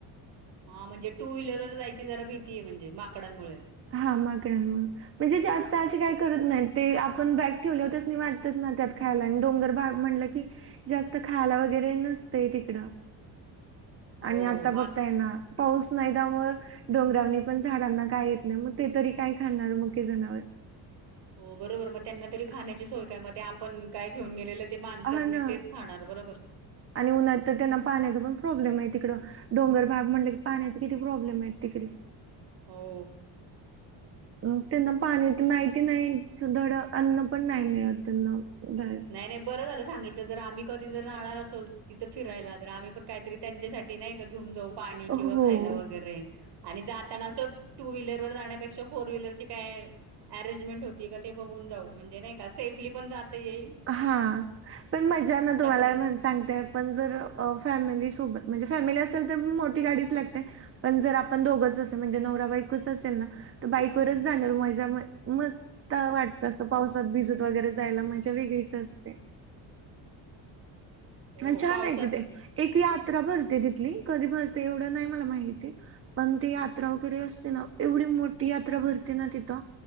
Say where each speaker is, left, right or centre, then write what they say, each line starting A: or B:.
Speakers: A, on the right; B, on the right.
A: हा म्हणजे टू व्हीलरवर जायची जरा भीती आहे म्हणजे माकडांमुळे.
B: हा मागडंमुळे म्हणजे जास्त असे काही करत नाही ते. आपण बॅग ठेवले त्यास्नी वाटतच ना त्यात खायला आणि डोंगर भाग म्हणलं की जास्त खायला वगैरे नसतय तिकडं.
A: हो
B: आणि आता बघताय
A: माक
B: ना. पाऊस नाही त्यामुळे डोंगरावनी पण झाडांना काय नाही मग ते तरी काय करणार मुख्य जनावर.
A: हो बरोबर मग त्यांना तरी खाण्याची सोय काय मग ते आपण काय घेऊन गेलेलं. ते माणसांनी
B: हा ना,
A: तेच खाणार बरोबर
B: आणि उन्हात तर त्यांना पाण्याचा पण प्रॉब्लेम आहे तिकडं. डोंगर भाग म्हणलं की पाण्याचे किती प्रॉब्लेम आहे तिकडे.
A: हो
B: अ त्यांना पाणी तर नाहीती नाही धड अन्न पण नाही मिळत त्यांना धड
A: नाही नाही बरं झालं सांगितलं जर आम्ही कधी जर राहणार असोल तिथं फिरायला जर आम्ही पण काहीतरी त्यांच्यासाठी नाही का घेऊन जाऊ पाणी किंवा
B: हो
A: खायला वगैरे आणि जातानाच टू व्हीलरवर जाण्यापेक्षा फोर व्हीलरची काय अरंजमेंट होती का ते बघून जाऊ म्हणजे नाही का सेफली पण जात ये
B: हा पण मजा ना तुम्हाला
A: पण येईल
B: सांगते पण जर फॅमिली सोबत म्हणजे फॅमिली तर मोठी गाडीच लागते पण जर आपण दोघच असेल म्हणजे नवरा बायको चं असेल ना तर बाईकवरच जाण्या मज्जा मस्त वाटत अस पावसात भिजत वगैरे जायला म्ह वेगळीच असते
A: हो
B: ह छान
A: पावसात
B: आहे तिथे एक यात्रा
A: हा
B: भरते तिथे कधी भरते एवढं नाही मला माहिती पण ती यात्रा वगैरे असते ना एवढी मोठी यात्रा भरते ना तिथं